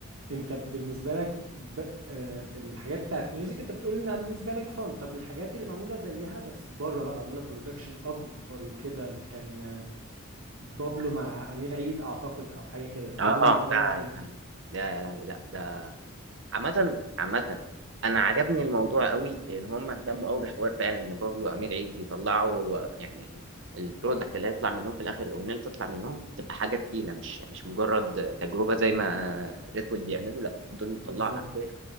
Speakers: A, on the right; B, on the right.
A: انت بالنسبه لك ب... آه الحاجات بتاعت ميوزك انت بتقول انها بالنسبه لك فن طب الحاجات اللي معموله زيها بس بره بقى معموله برودكشن اكبر وكده اللي كان آه، بابلو مع امير عيد اعتقد او حاجه كده ده
B: اه
A: بالنسبه
B: آه، ده
A: لك
B: يا
A: ايه
B: لهوي لا يا لهوي لا ده عامة عامة انا عجبني الموضوع قوي ان هم اهتموا قوي بحوار فعلا ان بابلو وامير عيد يطلعوا آه، يعني البرودكت اللي هيطلع منهم في الاخر الاغنيه اللي تطلع منهم تبقى حاجه تقيله مش مش مجرد آه، تجربه زي ما ريد بول بيعملوا لا دول
A: بالظبط
B: طلعوا حرفيا